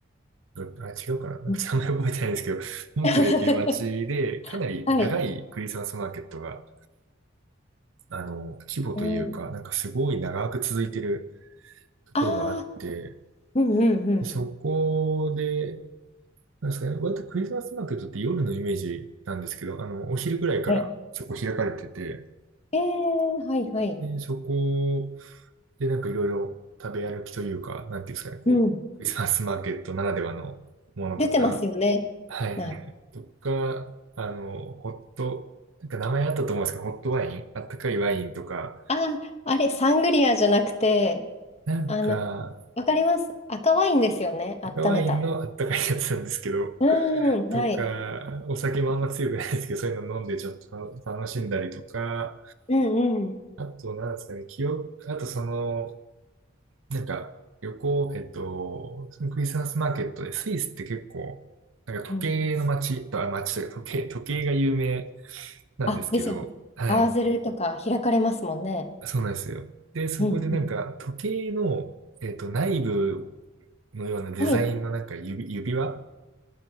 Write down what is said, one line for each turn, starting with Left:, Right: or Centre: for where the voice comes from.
Right: が、あ、違うかななんか名前覚えてないんですけど、
Left: うん。
Right: モントレーっていう街で、
Left: <laughs>
Right: かなり長いクリスマスマーケットが、
Left: はい。
Right: あの、規模というか、
Left: うん、
Right: なんかすごい長く続いてるところがあって、
Left: ああー、うんうんうん。
Right: でそこで、なんですかね、割とクリスマスマーケットって夜のイメージなんですけど、あの、お昼ぐらいからそこ開かれてて、
Left: はい。えー、はいはい。
Right: で、そこで、なんかいろいろ食べ歩きというか、なんていうんですかね、こう、
Left: うん。
Right: クリスマスマーケットならではのものとか、
Left: 出てますよね。
Right: はいはいはい。
Left: なんか
Right: とか、あの、ホット、なんか名前あったと思うんですけど、ホットワイン、あったかいワインとか、
Left: あー、あれ、サングリアじゃなくて、
Right: なんか、
Left: あの、わかります。赤ワインですよね。温めた。
Right: 赤ワインのあったかいやつなんですけど、
Left: うーん、
Right: とか、
Left: はい。
Right: お酒もあんま強くないですけど、そういうの飲んでちょっと楽しんだりとか、
Left: うんうん。
Right: あと、なんですかね、記憶、あとその、なんか、旅行、えっと、そのクリスマスマーケットで、スイスって結構、なんか時計の街と、
Left: うん。
Right: あ、街というか時計、時計が有名なんですけど、
Left: あ、ですよね。
Right: はい。
Left: 合わせるとか開かれますもんね。
Right: そうなんですよ。で、そこでなんか、
Left: うんうん。
Right: 時計の、えっと、内部のようなデザインのなんか指、
Left: はい。
Right: 指輪